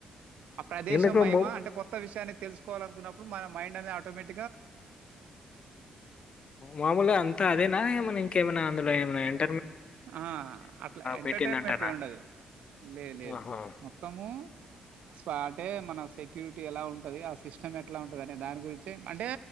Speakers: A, on the right; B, on the left.
A: ఆ ప్రదేశం
B: ఎందుకు
A: మహిమా
B: మూ
A: అంటే కొత్త విషయాన్ని తెలుసు కోవాలనుకున్నడు మైండ్ అనేది ఆటోమేటిక్
B: మామూలు అంతా అదేనా ఏమన్నా ఇంకేమైనా అందులో ఏ రండ్
A: ఆ అట్లా ఎంటర్టైన్మెంట్
B: పెట్టిందంటనా
A: ఉండదు లే లేదు
B: ఆహా.
A: మొత్తము స్వా అంటే మనం సెక్యూరిటీ ఎలా ఉంటది ఆ సిస్టం ఎట్లా అనే దాని గురించే అంటే